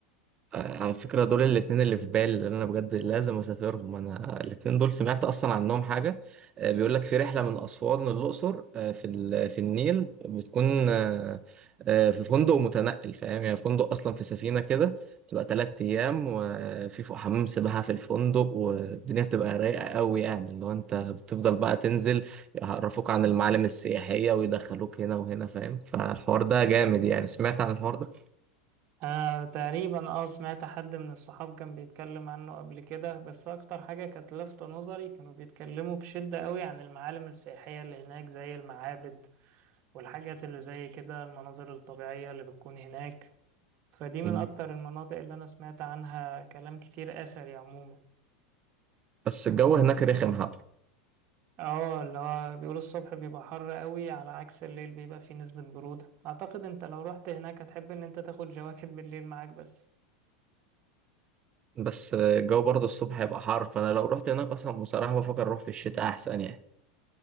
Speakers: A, on the right (about 25°); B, on the right (about 45°).
A: آه، على فكرة دول الاتنين اللي في بالي اللي أنا بجد لازم أسافرهم أنا الاتنين دول سمعت أصلا عنهم حاجة آه، بيقول لك في رحلة من أسوان للأقصر آه، في ال- في النيل بتكون آه، آه، في فندق متنقل فاهم يعني فندق أصلا في سفينة كده بتبقى تلات أيام وفي فوق حمام سباحة في الفندق والدنيا بتبقى رايقة قوي يعني اللي هو أنت بتفضل بقى تنزل يعرفوك عن المعالم السياحية ويدخلوك هنا وهنا فاهم فالحوار ده جامد يعني سمعت عن الحوار ده
B: أنا تقريبا اه سمعت حد من الصحاب كان بيتكلم عنه قبل كده بس أكتر حاجة كانت لافتة نظري كانوا بيتكلموا بشدة قوي عن المعالم السياحية اللي هناك زي المعابد والحاجات اللي زي كده المناظر الطبيعية اللي بتكون هناك فدي من
A: مم.
B: أكتر المناطق اللي أنا سمعت عنها كلام كتير أثري عموما
A: بس الجو هناك رخم حبة
B: اه اللي هو بيقولوا الصبح بيبقى حر قوي على عكس الليل بيبقى فيه نسبة برودة أعتقد أنت لو رحت هناك هتحب إن أنت تاخد جواكت بالليل معاك بس
A: بس الجو برضه الصبح هيبقى حر فانا لو رحت هناك اصلا بصراحه بفكر اروح في الشتاء احسن يعني